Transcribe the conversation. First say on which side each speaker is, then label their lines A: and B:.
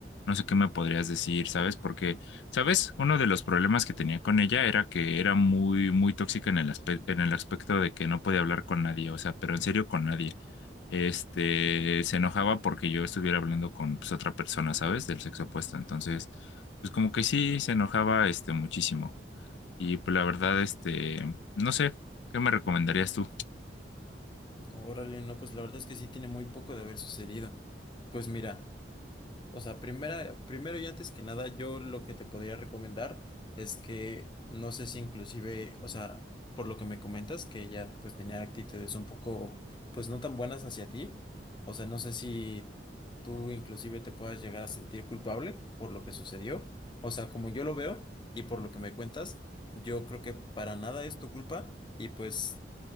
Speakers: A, on the left (about 85°); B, on the left (about 25°).
A: no sé qué me podrías decir, ¿sabes? Porque, ¿sabes? Uno de los problemas que tenía con ella era que era muy, muy tóxica en el aspecto, en el aspecto de que no podía hablar con nadie, o sea, pero en serio con nadie. Este, se enojaba porque yo estuviera hablando con pues, otra persona, ¿sabes? Del sexo opuesto, entonces, pues como que sí, se enojaba este muchísimo. Y pues la verdad, este, no sé, ¿qué me recomendarías tú?
B: Órale, no, pues la verdad es que sí tiene muy poco de haber sucedido. Pues mira. O sea, primera, primero y antes que nada, yo lo que te podría recomendar es que no sé si inclusive, o sea, por lo que me comentas, que ella pues tenía actitudes un poco, pues no tan buenas hacia ti, o sea, no sé si tú inclusive te puedas llegar a sentir culpable por lo que sucedió, o sea, como yo lo veo y por lo que me cuentas, yo creo que para nada es tu culpa y pues,